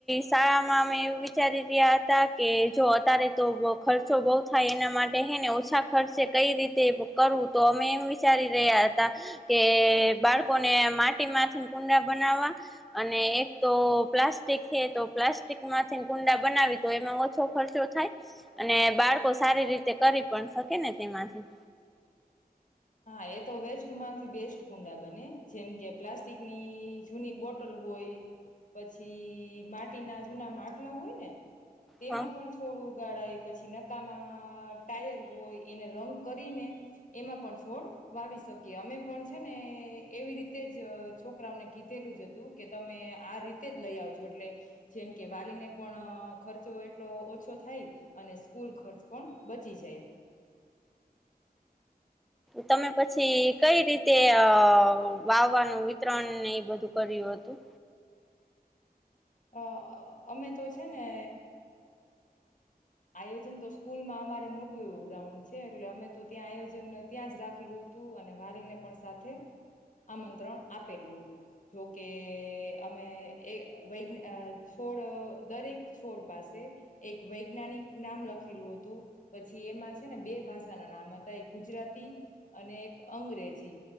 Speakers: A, in the centre; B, on the left (about 50°).
A: શાળામાં અમે એવું વિચારી રહ્યા હતા કે જો અત્યારે તો ખર્ચો બહુ થાય એના માટે હે ને ઓછા ખર્ચે કઈ રીતે કરવું તો અમે એમ વિચારી રહ્યા હતા કે બાળકોને માટી મામાંથી કુંડા બનાવવા અને તો પ્લાસ્ટિક છે, તો પ્લાસ્ટિક માંથી કુંડા બનાવી તો એમાં ઓછો ખર્ચો થાય અને બાળકો સારી રીતે કરી પણ શકે ને તેમાંથી.
B: હા એ તો વેસ્ટ માંથી બેસ્ટ કુંડા બને. જેમ કે પ્લાસ્ટિકની. <unintelligible> બોટલ હોય. પછી <inaudible> ટી ના જૂના માટલા હોય ને. તેમાં
A: હા
B: પણ થોડું. <unintelligible> પછી નકામાં ટાયર હોય એને રંગ કરીને એમાં પણ છોડ વાવી શકીએ અમે પણ છે, ને એવી રીતે જ છોકરાઓને કીધેલું જ હતું કે તમે આ રીતે જ લઈ આવજો એટલે જેમ કે વાલીને પણ ખર્ચો એટલો ઓછો થાય અને સ્કૂલ ખર્ચ પણ બચી જાય.
A: તમે પછી કઈ રીતે અ વાવવાનું વિતરણ ને એ બધું કર્યું હતું.
B: અ અમે તો છે ને આયોજન તો સ્કૂલમાં અમારે મોટું એવું ગ્રાઉન્ડ છે એટલે અમે તો ત્યાં આયોજન ત્યાં જ રાખેલું. તું અને વારીને પણ સાથે આમંત્રણ આપેલું હતું જોકે અમે એ. વૈજ્ છોડ દરેક છોડ પાસે એક વૈજ્ઞાનિક નામ લખેલું હતું પછી એમાં છે ને બે ભાષાના નામ હતા એક ગુજરાતી અને એક અંગ્રેજી